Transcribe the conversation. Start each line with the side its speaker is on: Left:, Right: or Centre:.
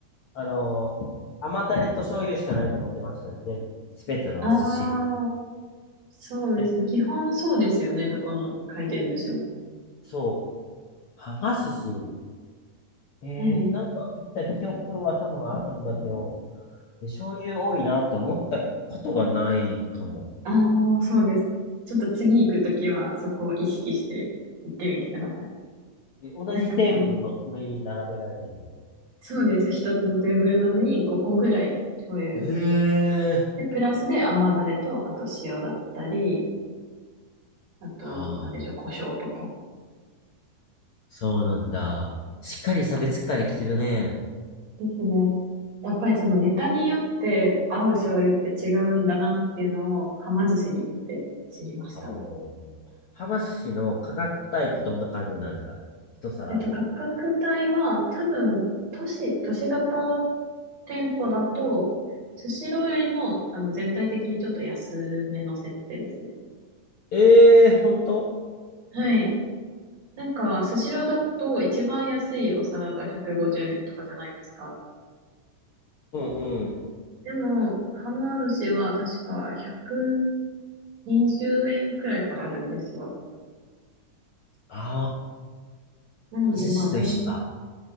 Left: あの、甘タレと醤油しかないと思ってました。全、すべての寿司。
Right: ああ、そうですね。
Left: え、
Right: 基本そうですよね。どこの回転寿司も。
Left: そう。はが寿司。えーなんか、
Right: はい。
Left: 行った記憶は多分あるんだけど、で、醤油多いなって思ったことがないかも。
Right: ああ、そうですか。ちょっと次行くときはそこを意識して行ってみてください。
Left: え同じテーブルの上に並べられてるの。
Right: なんかその、そうですね。一つのテーブルの上に5個ぐらい醤油。
Left: へえ。
Right: で、プラスで甘だれと、あと塩だったり、あと、
Left: ああ、
Right: なんでしょう、胡椒とか。
Left: そうなんだ。しっかり差別化できてるね。
Right: ですね。やっぱりそのネタによって合う醤油って違うんだなっていうのを、はま寿司に行って知りましたね。
Left: あー浜寿司の価格帯ってどんな感じなんですか一皿。
Right: えっと、価格帯は多分、都市、都市型店舗だと、スシローよりも、あの、全体的にちょっと安めの設定ですね。
Left: ええー、ほんと
Right: はい。なんか、スシローだと一番安いお皿が150円とかじゃないですか。
Left: うんうん。
Right: でも、はま寿司は確か120円くにじゅうえんくらいからあるんですよ。
Left: ああ、
Right: なんで、
Left: 浜寿司と一緒だ。
Right: まあ、全、